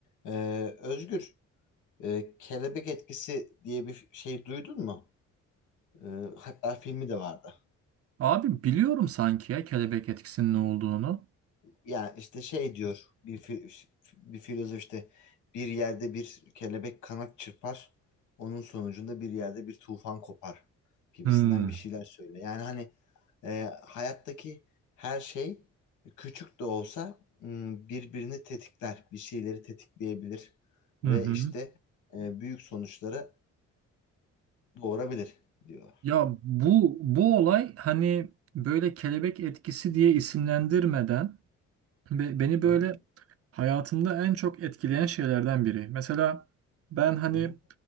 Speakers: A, on the left; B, on the right.
A: Ee, Özgür, e, Kelebek Etkisi diye bir şey duydun mu? Ee, hatta filmi de vardı.
B: Abi biliyorum sanki ya kelebek etkisinin
A: Hı hı.
B: ne olduğunu.
A: Yani işte şey diyor bir fi- bir filozof işte bir yerde bir kelebek kanat çırpar, onun sonucunda bir yerde bir tufan kopar gibisinden
B: Hmm.
A: bir şeyler söyle. Yani hani e, hayattaki her şey küçük de olsa m, birbirini tetikler, bir şeyleri tetikleyebilir ve
B: Hı hı.
A: işte e, büyük sonuçlara doğurabilir diyorlar.
B: Ya bu bu olay hani böyle kelebek etkisi diye isimlendirmeden be- beni
A: Hı
B: böyle
A: hı.
B: hayatımda en çok etkileyen şeylerden biri. Mesela ben hani
A: Hı hı.